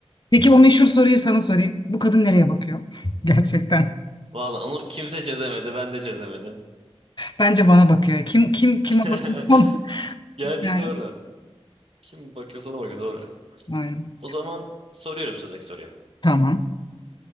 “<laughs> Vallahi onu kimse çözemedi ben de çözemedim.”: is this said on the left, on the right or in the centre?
Right